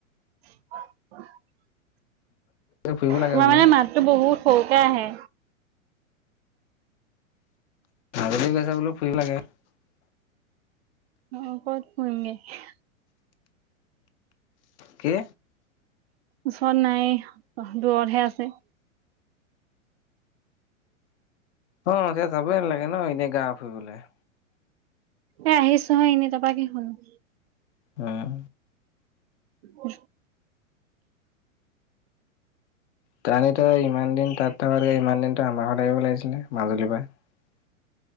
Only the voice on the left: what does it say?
ফুৰিব লাগে
বোলো।
আাগলী গৈছে বোলে ফুৰি লাগে <unintelligible>
কি
অ এতিয়া যাবই ন লাগে ন এনেই গাঁও ফুইবলৈ <unintelligible>
উম
তানিতো ইমান দিন তাত থাকোতে ইমান দিনো আমাৰ ঘৰত আহিব লাগিছিলে মাজুলীৰ পৰা <unintelligible>